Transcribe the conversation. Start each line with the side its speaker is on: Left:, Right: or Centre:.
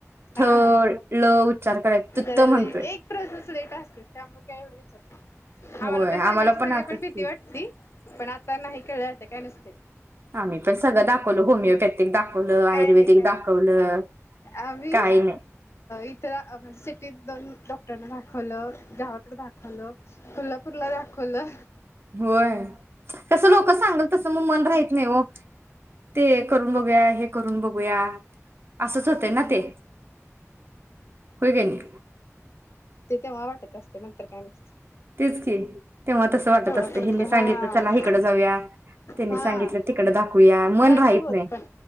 Left: हा
Right: थ ल उच्चार कराय तत
Left: जरा लय
Right: म्हणतोय
Left: एक प्रोसेस लेट असतेच त्यामुळे <unintelligible> आम्हाला
Right: होय
Left: पण सांगायची सगळे
Right: असंच
Left: पण
Right: की
Left: भीती वाटती पण आता नाही कळलयं आत्ता काय नसतयं
Right: आम्ही पण सगळं दाखवलं होमिओपॅथिक दाखवलं आयुर्वेदिक
Left: काय नाही
Right: दाखवलं
Left: आम्ही
Right: काही नाही
Left: इथ सिटीत दोन डॉ दाखवलं गावाकडे दाखवलं कोल्हापूरला दाखवलं
Right: होय तस लोक सांगल तस मग मन राहत नाही हो ते करून बघूया हे करून बघूया असंच होतंय ना ते होय ग य
Left: ते तेव्हा वाटत असते नंतर काय नसते
Right: तेच की तेव्हा तसं वाटत
Left: तेवढं
Right: असते
Left: पुरतं
Right: हिनी सांगितलं
Left: हा
Right: चला हिकड जाऊया त्यांनी
Left: हा
Right: सांगितलं तिकडं दाखूया मन
Left: काय
Right: राहत
Left: होत
Right: नाही
Left: पण